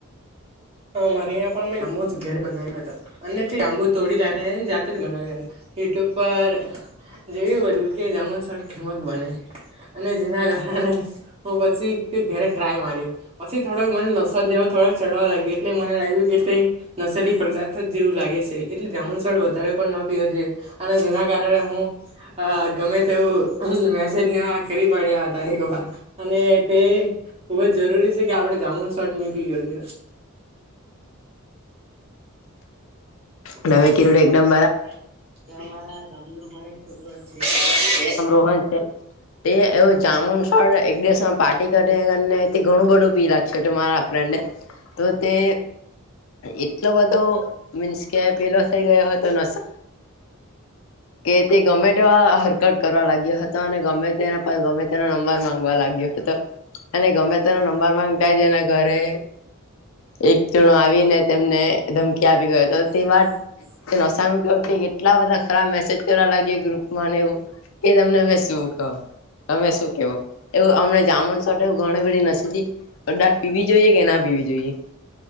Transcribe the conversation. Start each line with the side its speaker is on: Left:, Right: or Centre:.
Right: હા મારે અ્યાં પણ મેંમો ઘેર બનાવ્યો હતા. અને તે આંબુ તોડી લાયને જાતે જ બનાવી હોય યુટ્યુબ પર. જેવીું બડ્યું કે જેમ. હમક બને અને જેના કારણે હું પછી ઘરે ટ્રાય માર્યું. પછી થોડક મને નસો જેવો થોડાક ચઢવા લાગ્યું એટલે મને લાગ્યું કે. નસલી પદાર્થ જ જેવું લાગે છે, એટલે જામુનસળ વધારે પણ ના પીયો છેે. અને જેના કારણે હું ગમે તેવું. મેસેજને કરી પડ્યા હતા એક વાર અને તે. બુ જ જરૂરી છે, કે આપડે જામુન શોટ નહી પી ગયો છે. <inaudible>
Left: તમે
Right: નવી પીર
Left: કીધું એકદમ
Right: બરાબર કે અમારા ગામનો પણ છોકરોો છે..
Left: હ છે. એ એવું જામુનસ પણ એક દિવસમાં પાર્ટી કરીે અને ઘણું બધું પી રાખે. મારા ફ્રેન્ડ તો તે એટલો બધો મીન્સ. ક પીલો થઈ ગયો હોય તો ન. કે તે ગમે તેવા હરકત કરવા લાગ્યો હતો અને ગમે તેના ગમે તેનો નંબર માંગવા લાગ્યો. અને ગમે તેનો નંબર માંગતા છેના ઘરે. એક જણો આવીને તેમને ધમકી આપી ગયો હતો.
Right: <inaudible>
Left: તે વાત તેનો કેટલા બધા ખરાબ મેસેજ કરવા લાગી ગ્રુપ ને એવું. કે તમને મે શું કહું. તમે શું કેવો એવું અમને જામણ શોટ એવ ઘણી બધ નસીધી. તો દાટ પીવી જોઈએ કે ના પીવી જોઈએ.